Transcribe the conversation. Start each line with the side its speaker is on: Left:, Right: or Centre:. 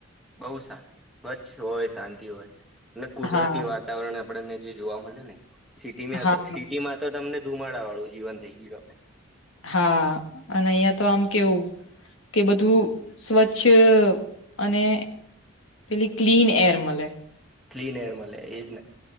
Centre: બઉુ શાંતિ સ્વચ્છ હોય શાંતિ હોય કુદરતી
Left: હા
Centre: વાતાવરણ આપણને જે જોવા મળે ને સિટીમાં
Left: હા
Centre: સિટીમાં તો તમને દુમાડા વાળું જીવન થઈ ગયું
Left: હા અને અહિયાંયા તો આમ કેવું કે બધું સ્વચ્છ અને પેલી ક્લીન એર મળે
Centre: ક્લીન એર મળે એજ જ નહી